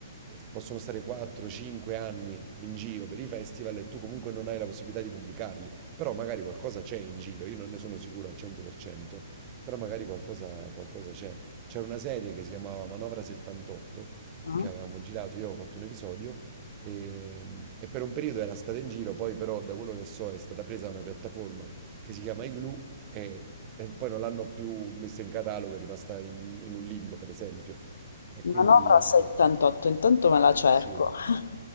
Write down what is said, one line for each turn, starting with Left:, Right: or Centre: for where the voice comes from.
Right: eh, possono stare 4-5 anni in giro per i festival e tu comunque non hai la possibilità di pubblicarli, però magari qualcosa c'è in giro, io non ne sono sicuro al 100%, però magari qualcosa, qualcosa c'è. C'era una serie che si chiamava Manovra 78
Left: eh?
Right: che avevamo girato, io avevo fatto un episodio. E, e per un periodo era stata in giro, poi però da quello che so è stata presa da una piattaforma che si chiama Igloo e, e poi non l'hanno più messa in catalogo, è rimasta in, in un limbo, per esempio. E
Left: Manovra
Right: quindi
Left: 78, intanto me la cerco.
Right: sì,
Left: <laughs>